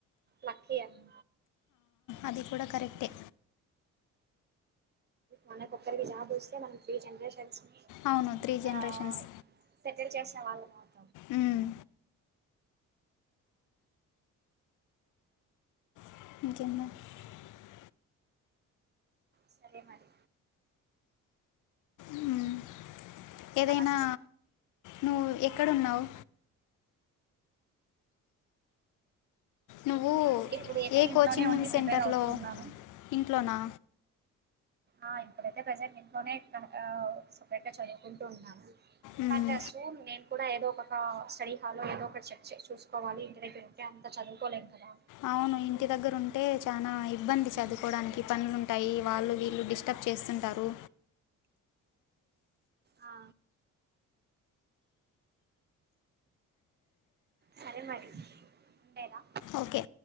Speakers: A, on the right; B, on the left.
A: లాకీ అని.
B: అది కూడా కరెక్టే.
A: మన కొకరికి జాబు వస్తే మనం త్రీ జనరేషన్స్.
B: అవును త్రీ జనరేషన్స్
A: ఆహా సెటిల్. <unintelligible>
B: ఉమ్ <unintelligible>
A: సరే మరి
B: ఆమ్ ఏదైనా
A: నమస్తే
B: నువ్వు ఎక్కడున్నావు నువ్వు
A: నేను ఇప్పుడు ఐతే
B: ఏ
A: ఇంట్లోనే
B: కోచింగ్
A: ఉండి ప్రిపేర్
B: సెంటర్లో
A: అవుతూ ఉన్నాను
B: ఇంట్లోనా
A: ఆ ఇప్పుడైతే ప్రెజెంట్ ఇంట్లోనే సపరేట్ గా చదువుకుంటూ ఉన్నాను
B: ఉమ్,
A: మ సూమ్ నేన్ కూడా ఏదో ఆ స్టడీహలో ఏదో ఒకటి చెక్ చేసి చూసుకోవాలి ఇంత తింటే అంత చదువుకోలేం కదా
B: అవును ఇంటి దగ్గర ఉంటే చానా ఇబ్బంది చదువుకోవడానికి పనులుంటాయి వాళ్ళు వీళ్ళు డిస్టర్బ్ చేస్తుంటారు
A: ఆ సరే మరీ ఉండేదా
B: ఓకే